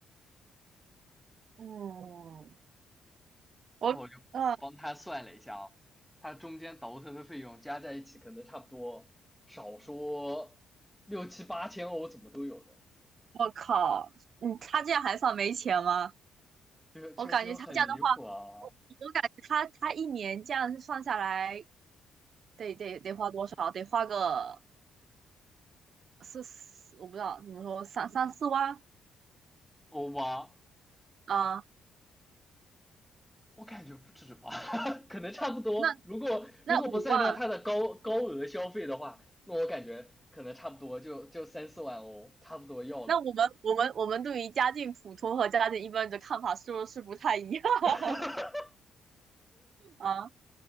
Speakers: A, on the right; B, in the centre.
A: 嗯，我嗯，
B: 然后我就帮他算了一下啊，
A: 呃
B: 他中间倒腾的费用加在一起，可能差不多少说六七八千欧，怎么都有的，
A: 我靠，嗯，他这样还算没钱吗？
B: 就就就很离谱啊，
A: 我感觉他这样的话，我我感觉他他一年这样算下来，得得得花多少？得花个四，四我不知道怎么说，三三四万
B: 欧巴，
A: 啊、
B: 我感觉不止吧，<laughs> 可能差不多。
A: 那
B: 如果如果不算上他的高高额消费的话，
A: 那五万
B: 那我感觉可能差不多就就三四万欧，差不多要了。
A: 那我们我们我们对于家境普通和家境一般的看法是不是不太一样 <laughs>
B: <laughs>
A: 啊？